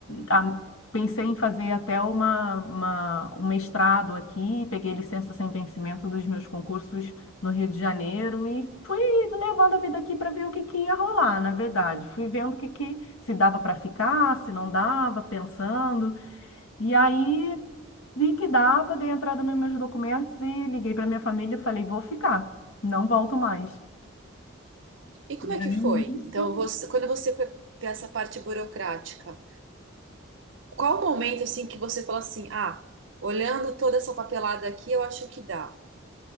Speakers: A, on the left; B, on the right.
A: a- pensei em fazer até uma, uma- um mestrado aqui, peguei licença sem vencimento dos meus concursos no Rio de Janeiro e fui levando a vida aqui para ver o que, que ia rolar, na verdade. Fui vendo o que, que se dava para ficar, se não dava, pensando. E aí vi que dava, dei entrada nos meus documentos e liguei para minha família e falei, vou ficar, não volto mais.
B: E como é
A: E
B: que
A: aí
B: foi?
A: nisso
B: Então, você- quando você foi para essa parte burocrática, qual o momento assim que você falou assim, ah, olhando toda essa papelada aqui, eu acho que dá,